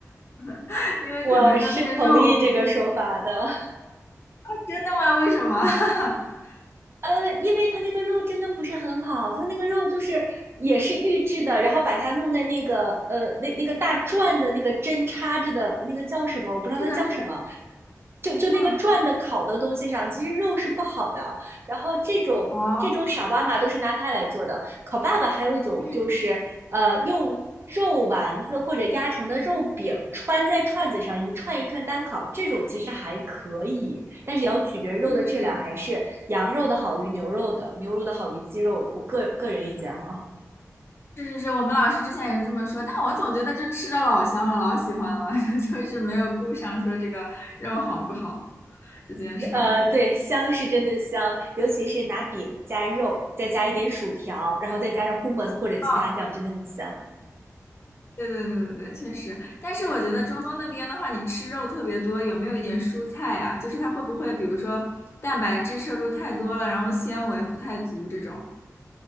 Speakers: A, on the left; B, on the right.
A: <laughs> 因为可能说那个肉，
B: 我是同意这个说法的，
A: 真的吗？为什么？<laughs>
B: 呃，因为它那个肉真的不是很好，它那个肉就是也是预制的，然后把它弄在那个呃那那个大转的那个针插着的那个叫什么，我不知道它叫什么，
A: 是的，是的，
B: 就就那个转的烤的东西上，
A: 嗯，
B: 其实肉是不好的。然后这种这种傻妈妈都是拿它来做的，
A: 哦，
B: 烤爸爸还有一种就是呃，
A: 嗯
B: 用肉丸子或者压成的肉饼穿在串子上，一串一串单烤，这种其实还可以，但是也要取决于肉的质量，
A: 嗯，
B: 还是羊肉的好于牛肉的，牛肉的好于鸡肉的。我个个人意见哈，
A: 是是是，我们老师之前也是这么说，但我总觉得就吃的老香了，老喜欢了，<laughs> 就是没有顾上说这个肉好不好这件事儿。
B: <laughs> 呃，
A: 嗯
B: 对，香是真的香，尤其是拿饼加肉，再加一点薯条，然后再加上 hummus 或者其他酱，
A: 哦
B: 真的很香。
A: 对对对对对，确实。但是我觉得中东那边的话，你吃肉特别多，有没有一点蔬菜啊？就是它会不会，比如说蛋白质摄入太多了，然后纤维不太足这种？